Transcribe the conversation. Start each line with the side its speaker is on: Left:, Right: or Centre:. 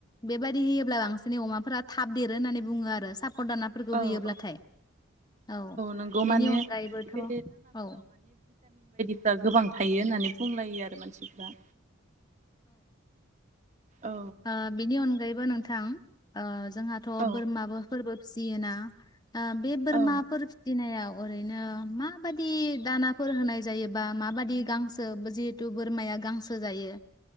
Left: बेबायदि होयोब्ला <unintelligible> बिसिनि अमाफोरा थाब देरो होननानै बुङो आरो साफ फरदानाफोरखौ
Right: औ
Left: होयोब्लाथाय
Right: औ
Left: औ
Right: नंगौ माने
Left: बिनि अनगायैबोथ'
Right: बे
Left: औ।
Right: या गोबां थायो होननानै बुंलायो आरो माने मानसिफ्रा। औ
Left: आ बिनि अनगायै बो नोंथां जोंहाथ'
Right: औ
Left: बोरमाबोफोरबो फिसियोना आ बे बोरमाफोर
Right: औ
Left: फिटिनायाव ओरैनो माबादि दानाफोर होनाय जायोबा माबादि गांसो जिहेथु बोरमाया गांसो जायो